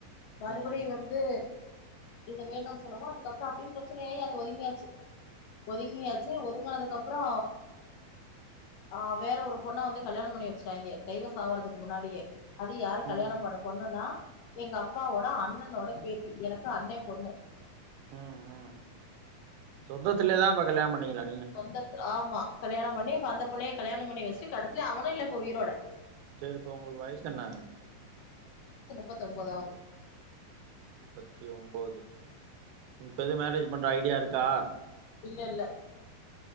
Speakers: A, on the left; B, on the right.
A: மறுபடியு
B: ம்
A: வந்து இந்த வேணுன்னு சொல்லவு அதுக்கப்பறோ அப்டியே பிரச்சனையாயி அது ஒதுங்கியாச்சு ஒதுங்கியாச்சு ஒதுங்கனதுக்கு அப்றோ ஆ வேற ஒரு பொண்ண வந்து கல்யாணம் பண்ணி வெச்சுட்டாங்க டைவஸ் ஆவறதுக்கு முன்னாடியே அது யார கல்யாணம்
B: ம்
A: பண்ண பொண்ணுனா எங்க அப்பாவோட அண்ணனோட பேத்தி எனக்கு அண்ணை பொண்ணு
B: ம் ம் சொந்தத்திலயேதா அப்ப கல்யாணம் பண்ணிங்ளா
A: சொந்த ஆமா கல்யாணம் பண்ணி இப்ப அந்த பிள்ளைய கல்யாணம் பண்ணி வெச்சுட்டு கடைசில அவனு இல்ல இப்ப உயிரோட
B: சேரி இப்ப உங்களுக்கு வயசு என்ன
A: முப்பத்தொன்பதாவது
B: முப்பத்தி ஒம்போது இப்ப எது மேரேஜ் பண்ற ஐடியா இருக்கா
A: இல்லல்ல